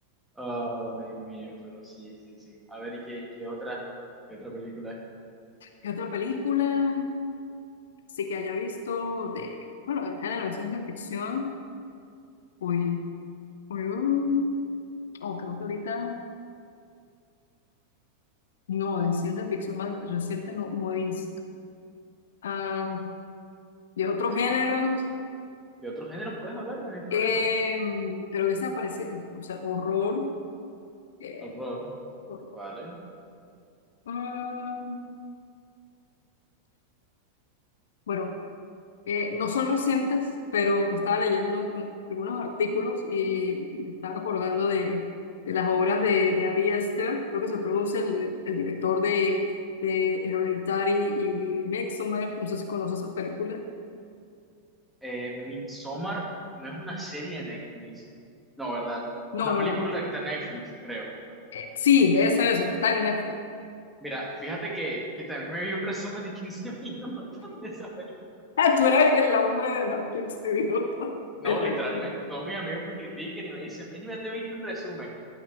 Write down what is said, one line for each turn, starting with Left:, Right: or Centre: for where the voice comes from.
Centre: Oh, Dios mío, pero sí, sí, sí. A ver, ¿y qué, y qué otra, qué otra película es?
Left: ¿Qué otra película? Sí que haya visto de, bueno, del género de ciencia ficción. Uy, uy, uy. Oh, creo que ahorita, no, de ciencia ficción más reciente no, no he visto. Ah, de otro género,
Centre: ¿De otro género puedes hablarme? No hay problema.
Left: eh, pero esa parecía, o sea, horror. eh,
Centre: Horror.
Left: horror.
Centre: Vale.
Left: Ah, bueno. Eh, no son recientes, pero estaba leyendo un- algunos artículos y me estaba acordando de, de las obras de, de Ari Aster, creo que se produce el, el director de, de Hereditary y Midsommar, no sé si conoces esas películas.
Centre: Eh, Midsommar no es una serie de Netflix. No, ¿verdad? Es
Left: No,
Centre: una
Left: no,
Centre: película que está en Netflix, creo.
Left: eh, sí, debe ser eso, que está en Netflix. <laughs>
Centre: Mira, fíjate que, que también me vi un resumen de 15 <laughs> minutos de esa película.
Left: Ah, tú eres el hombre de los 15 minutos,
Centre: No,
Left: te resumo.
Centre: literalmente, todos mis amigos me critiquen y me dicen, mira, ya te he visto un resumen,